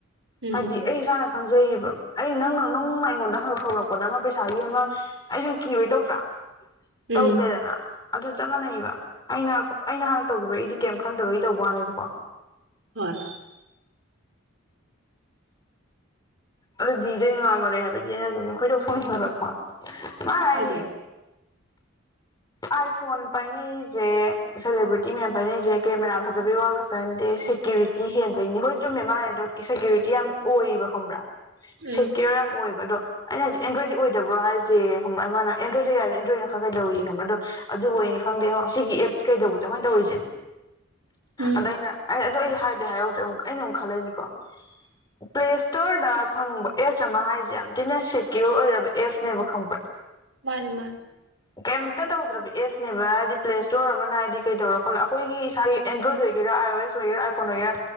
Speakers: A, on the right; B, on the left.
A: ꯎꯝ
B: ꯍꯥꯏꯗꯤ
A: ꯎꯝ
B: ꯑꯩ ꯏꯁꯥꯅꯗꯤ ꯈꯪꯖꯩꯌꯦꯕ ꯑꯩ ꯅꯪꯅ ꯅꯪꯅ ꯑꯩꯉꯣꯟꯗ ꯍꯪ ꯍꯧꯔꯛꯄꯗ ꯑꯃ ꯄꯩꯁꯥꯒꯤ ꯑꯃ ꯑꯩꯁꯨ ꯀꯤꯕꯩ ꯇꯧꯗ꯭ꯔꯥ ꯇꯧꯗꯦꯗꯅ
A: ꯎꯝ
B: ꯑꯗꯨ ꯆꯞ ꯆꯞ ꯃꯥꯟꯅꯩꯕ ꯑꯩꯅ ꯑꯩꯅ ꯍꯥꯟꯅ ꯇꯧꯈꯤꯕ ꯑꯩꯗꯤ ꯀꯩꯝ ꯈꯟꯗꯕꯒꯤ ꯇꯧꯕ ꯋꯥꯅꯦꯕꯀꯣ
A: ꯍꯣꯏ
B: ꯑꯗꯨꯗꯤꯗ ꯉꯃꯔꯦ ꯍꯥꯏꯕꯗꯤ ꯑꯩꯅꯒꯤ ꯈꯣꯏꯗ ꯁꯣꯡ ꯍꯊꯜꯂꯛꯄ <unintelligible> ꯃꯥꯅ
A: ꯀꯩ
B: ꯍꯥꯏꯅꯦ
A: ꯇꯧ
B: ꯑꯥꯏ ꯐꯣꯟ ꯄꯥꯏꯅꯔꯤꯁꯦ ꯁꯦꯂꯦꯕ꯭ꯔꯤꯇꯤ ꯃꯌꯥꯝ ꯄꯥꯏꯅꯔꯤꯁꯦ ꯀꯦꯃꯦꯔꯥ ꯐꯖꯕꯩ ꯋꯥ ꯈꯛꯇ ꯅꯠꯇꯦ ꯁꯦꯀ꯭ꯌꯨꯔꯤꯇꯤ ꯍꯦꯟꯕꯩꯅꯤ ꯍꯣꯏ ꯆꯨꯝꯃꯦ ꯃꯥꯥꯅ ꯍꯥꯏꯗꯣ ꯁꯦꯀ꯭ꯌꯨꯔꯤꯇꯤ ꯌꯥꯝ ꯑꯣꯏꯌꯦꯕ ꯈꯪꯕ꯭ꯔꯥ ꯁꯦꯀ꯭ꯌꯣꯔ
A: ꯎꯝ
B: ꯌꯥꯝ ꯑꯣꯏꯕ ꯑꯗꯣ ꯑꯩꯅ ꯍꯧꯖꯤꯛ ꯑꯦꯟꯗꯣꯏꯗꯀꯤ ꯑꯣꯏꯗꯕ꯭ꯔꯣ ꯍꯥꯏꯔꯤꯁꯦ ꯈꯪꯕ꯭ꯔꯥ ꯃꯥꯅ ꯑꯦꯟꯗ꯭ꯔꯣꯏꯗꯠꯇ ꯌꯥꯔꯅ ꯑꯦꯟꯗ꯭ꯔꯣꯏꯗꯅ ꯈꯔ ꯀꯩꯗꯧꯋꯌꯦ ꯈꯪꯕ꯭ꯔꯥ ꯑꯗꯣ ꯑꯣꯏ ꯑꯣꯏꯅꯅꯤ ꯈꯪꯗꯦ ꯁꯤ ꯑꯦꯞ ꯀꯩꯗꯧꯕꯁꯦ ꯑꯩꯈꯣꯏꯅ ꯇꯧꯔꯤꯁꯦ
A: ꯎꯝ
B: ꯑꯗ ꯑꯩꯅ ꯑꯩ ꯑꯗꯨꯗꯣ ꯑꯩꯗꯤ ꯍꯥꯏꯗꯤ ꯍꯥꯏꯔꯧꯗ꯭ꯔꯦ ꯑꯃꯨꯛ ꯑꯩꯅ ꯑꯃꯨꯛ ꯈꯜꯂꯛꯅꯤꯀꯣ ꯄ꯭ꯂꯦ ꯏꯁꯇꯣꯔꯗ ꯈꯪꯕ ꯑꯦꯞꯁ ꯑꯃ ꯍꯥꯏꯔꯤꯁꯦ ꯌꯥꯝ ꯊꯤꯅ ꯁꯦꯀ꯭ꯌꯣꯔ ꯑꯣꯏꯔꯕ ꯑꯦꯞꯁꯅꯦꯕ ꯈꯪꯕ꯭ꯔꯥ
A: ꯃꯥꯅꯦ ꯃꯥ
B: ꯀꯩꯝꯇ ꯇꯧꯗ꯭ꯔꯕ ꯑꯦꯞꯅꯦꯕ ꯍꯥꯏꯗꯤ ꯄ꯭ꯂꯦ ꯏꯁꯇꯣꯔ ꯑꯃꯅ ꯍꯥꯏꯗꯤ ꯀꯩꯗꯧꯔ ꯈꯣꯠꯂ ꯑꯩꯈꯣꯏꯒꯤ ꯏꯁꯥꯒꯤ ꯑꯦꯟꯗ꯭ꯔꯣꯏꯗ ꯑꯣꯏꯒꯦꯔꯥ ꯑꯥꯏ ꯑꯣ ꯑꯦꯁ ꯑꯣꯏꯒꯦꯔꯥ ꯑꯥꯏꯐꯣꯟ ꯑꯣꯏꯒꯦꯔꯥ